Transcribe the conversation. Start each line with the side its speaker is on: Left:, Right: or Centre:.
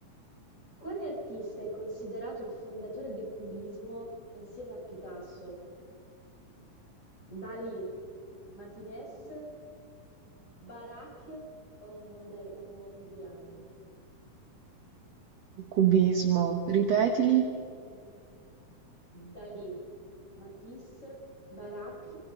Left: Quale artista è considerato il fondatore del cubismo insieme a Picasso? Dalì, Martinez, Barak o, Mondari- o Mondrian?
Right: Il cubismo, ripetili.
Left: Dalì, Matisse, Barak